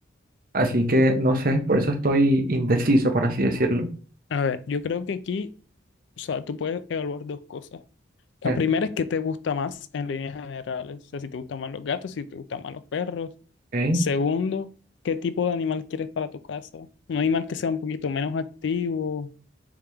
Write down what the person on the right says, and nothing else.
Así que no sé, por eso estoy indeciso, por así decirlo.
Eh,
ok.